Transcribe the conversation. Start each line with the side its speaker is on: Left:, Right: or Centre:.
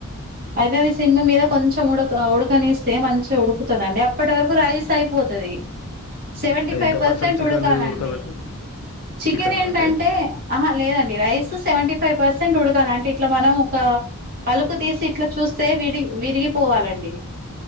Right: అయితే అది సిమ్ము మీద కొంచెం ఉడక ఉడకనిస్తే మంచిగా ఉడుకుతుందిండి అప్పటి వరకు రైస్ అయిపోతుంది సెవెంటీ ఫైవ్
Left: ఎంత
Right: పర్సెంట్
Left: చికెన్
Right: ఉడకాలండి
Left: ఉడకబెట్టిన
Right: చికెన్
Left: చికెనా
Right: ఏంటంటే
Left: అండి
Right: ఆహా లేదండి రైస్ సెంటిఫైవ్ పర్సంటేజ్ ఉడకాల అంటే ఇట్లా మనం ఒక పలుకు తీసి ఇట్లా చూస్తే విరి విరిగిపోవాలండి